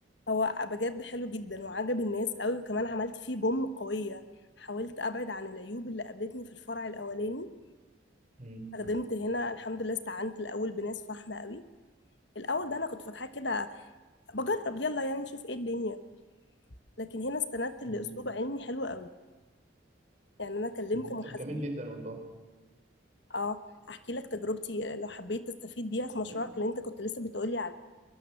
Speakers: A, on the left; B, on the right.
A: هو بجد حلو جدا وعجب الناس قوي وكمان عملت فيه بوم قوية حاولت ابعد عن العيوب اللي قابلتني في الفرع الاولاني
B: مم.
A: خدمت هنا الحمد لله استعنت الاول بناس فاهمة قوي الاول ده انا كنت فاتحاه كده بجرب يلا يعني نشوف ايه الدنيا لكن هنا استندت لاسلوب
B: مم.
A: علمي حلو قوي يعني انا كلمت
B: مم.
A: محاسبين
B: طب جميل جدا والله
A: اه احكي لك تجربتي لو حبيت تستفيد بيها في مشروعك
B: مم.
A: اللي انت كنت لسه بتقولي عليه